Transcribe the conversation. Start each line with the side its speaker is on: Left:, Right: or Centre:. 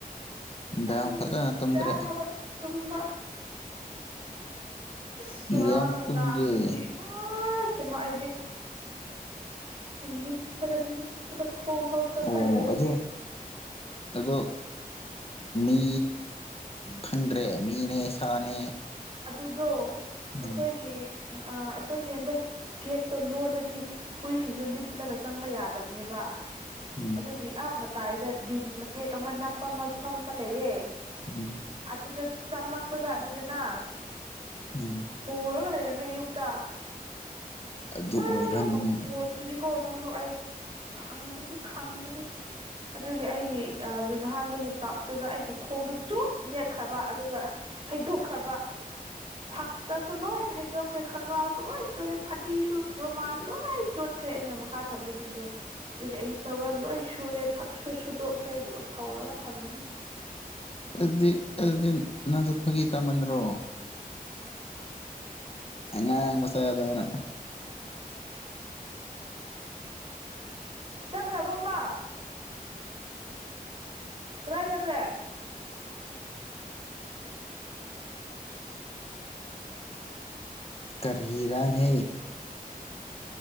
Left: ꯅꯨꯡꯗꯥꯡ
Right: ꯅꯪꯁꯨ
Left: ꯐꯖꯅ ꯇꯨꯝꯗ꯭ꯔꯦ
Right: ꯆꯥꯕ ꯇꯨꯝꯕ ꯑꯁ ꯅꯨꯡꯔꯥꯡ
Left: ꯌꯥꯝ
Right: ꯅꯨꯡꯗꯥꯡꯗꯨꯗꯤ
Left: ꯇꯨꯝꯗꯦ
Right: ꯏꯃꯥ ꯄꯃ ꯑꯩꯗꯤ ꯅꯤꯛꯄꯗꯥ ꯅꯤꯛꯄꯗꯥ ꯈꯣꯡ ꯐꯥꯎ ꯇꯛꯄ
Left: ꯑꯣ
Right: ꯍꯩꯇꯕꯗꯤ
Left: ꯑꯗꯣ ꯑꯗꯣ ꯃꯤ ꯈꯪꯗ꯭ꯔꯦ ꯃꯤꯅꯦ ꯁꯥꯅꯦ
Right: ꯑꯗꯨꯗꯣ
Left: ꯎꯝ
Right: ꯑꯩꯈꯣꯏꯒꯤ ꯑꯩꯈꯣꯏꯒꯤ ꯍꯟꯗꯛ ꯒꯦꯠꯇꯣ ꯂꯣꯜꯂꯗꯤ ꯍꯨꯏꯁꯤꯡꯁꯨ ꯂꯤꯠꯂꯒ ꯆꯪꯕ ꯌꯥꯗꯕꯅꯦꯕ
Left: ꯎꯝ
Right: ꯑꯗꯨꯒꯤ ꯑꯥ ꯄꯥꯏꯗ ꯗꯤꯟ ꯃꯇꯦꯛ ꯑꯃ ꯅꯞꯄ ꯃꯐꯝ ꯑꯃ ꯂꯩꯌꯦ
Left: ꯎꯝ
Right: ꯑꯗꯨꯗ ꯆꯪꯂꯛꯄ ꯖꯥꯠꯅꯤꯗꯅ
Left: ꯎꯝ
Right: ꯍꯣꯔꯒꯥ ꯂꯩꯔ꯭ꯃꯦ ꯌꯨꯝ <unintelligible> <unintelligible>
Left: ꯑꯗꯨ ꯑꯣꯏꯔꯝꯅꯦꯕ
Right: ꯃꯈꯣꯟꯗꯨꯤꯗꯤ ꯀꯣ ꯅꯪꯁꯨ ꯑꯩ ꯈꯕꯁꯤ ꯈꯪꯕꯕꯁꯤ ꯑꯗꯨꯒꯤ ꯑꯩꯒꯤ ꯌꯨꯍꯥꯟꯕꯒꯤ ꯇꯞ ꯑꯗꯨꯗ ꯑꯩꯒꯤ ꯈꯣꯡꯗꯨ ꯆꯨꯛ ꯅꯦꯠꯈ꯭ꯔꯕ ꯑꯗꯨꯒ ꯍꯩꯗꯣꯛꯈ꯭ꯔꯕ ꯐꯥꯛ ꯇꯁꯨ ꯂꯣꯏ ꯅꯍꯤꯗ ꯈ ꯈꯥꯁꯨ ꯂꯣꯏ ꯆꯂꯦ ꯐꯗꯤ ꯁꯨ ꯂꯣꯏ ꯆꯣꯠꯈ꯭ꯔꯦ ꯑꯩꯅ ꯃꯈꯥ ꯊꯝꯕꯁꯤꯡꯗꯣ ꯑꯗꯒꯤ ꯑꯌꯨꯛꯇꯒ ꯂꯣꯏ ꯁꯨꯔꯦ ꯐꯛꯁꯨ ꯁꯨꯗꯣꯛꯈ꯭ꯔꯦ ꯑꯗꯨꯒ ꯐꯧꯔꯒ ꯊꯝꯃꯅꯤ
Left: ꯑꯗꯨꯗꯤ ꯑꯗꯨꯗꯤ ꯅꯁꯨ ꯐꯒꯤ ꯆꯇꯥꯃꯟꯗ꯭ꯔꯣ ꯑꯉꯥꯡ ꯃꯆꯥꯗꯧꯅ
Right: ꯆꯈ꯭ꯔꯕꯣꯃꯥ ꯀꫪꯥꯏ ꯆꯠꯈ꯭ꯔꯦ
Left: ꯀꯔꯤꯔꯥꯅꯦ